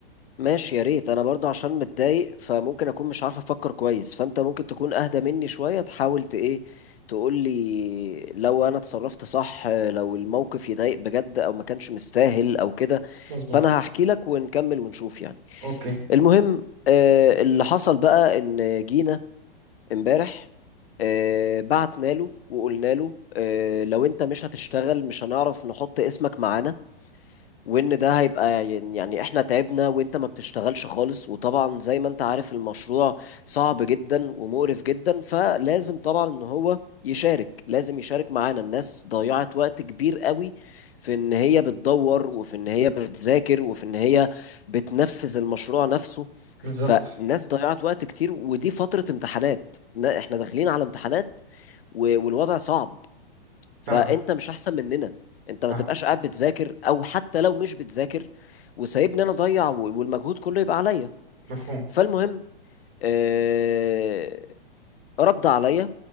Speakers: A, on the left; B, on the right.
A: ماشي يا ريت انا برضو عشان متضايق فممكن اكون مش عارف افكر كويس فانت ممكن تكون اهدى مني شوية تحاول ت ايه تقول لي لو انا اتصرفت صح لو الموقف يضايق بجد او ما كانش مستاهل او كده
B: مظبوط
A: فانا هحكي لك ونكمل ونشوف يعني
B: اوكي
A: المهم آه، اللي حصل بقى ان جينا امبارح آه، بعتنا له وقلنا له آه، لو انت مش هتشتغل مش هنعرف نحط اسمك معانا وان ده هيبقى يعني يعني احنا تعبنا وانت ما بتشتغلش خالص وطبعا زي ما انت عارف المشروع صعب جدا ومقرف جدا فلازم طبعا ان هو يشارك لازم يشارك معانا الناس ضيعت وقت كبير قوي في ان هي بتدور وفي ان هي بتذاكر وفي ان هي بتنفذ المشروع نفسه
B: بالظبط
A: فالناس ضيعت وقت كتير ودي فترة امتحانات ن- احنا داخلين على امتحانات و- والوضع صعب فانت
B: فاهمك
A: مش احسن مننا انت
B: فاهم
A: ما تبقاش قاعد بتذاكر او حتى لو مش بتذاكر وسايبني انا اضيع و- والمجهود كله يبقى عليا
B: مفهوم
A: فالمهم آه، رد عليا